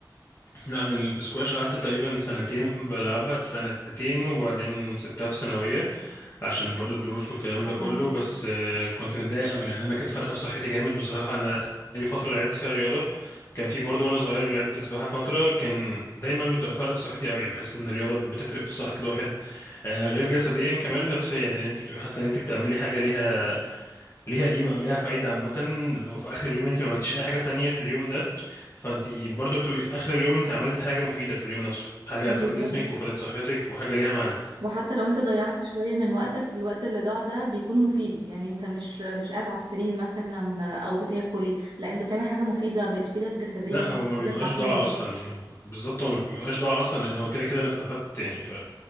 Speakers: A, on the left; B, on the right.
A: لا انا السكواش قعدت تقريبا سنتين بلعبها سنتين وبعدين سبتها في ثانوية عشان برضو الدروس والكلام
B: اه
A: ده كله بس آه، كنت متضايق قوي لان انا كانت فارقة في صحتي جامد بصراحة انا اي فترة لعبت فيها رياضة كان في برضو وانا صغير لعبت سباحة فترة كان دايما بتبقى فارقة في صحتي قوي يعني بحس ان الرياضة بتفرق في صحة الواحد آه، غير جسديا كمان نفسيا لان انت بتبقى حاسة ان انت بتعملي حاجة ليها ليها قيمة أو ليها فايدة عامة لو في آخر اليوم أنت ما عملتيش أي حاجة تانية في اليوم ده فأنت برضو بتبقي في آخر اليوم أنت عملتي حاجة مفيدة في اليوم نفسه حاجة
B: بالظبط
A: فادت جسمك وفادت صحتك وحاجة ليها معنى
B: وحتى لو انت ضيعت شوية من وقتك الوقت اللي ضاع ده بيكون مفيد يعني انت مش مش قاعد على السرير مثلا او بتاكل لا انت بتعمل حاجة مفيدة بتفيدك جسديا
A: لا هو ما
B: بتفيدك
A: بيبقاش
B: عقليا
A: ضاع أصلا يعني هو- بالظبط هو ما بيبقاش ضاع أصلا لأن هو كده كده أنا استفدت يعني ف...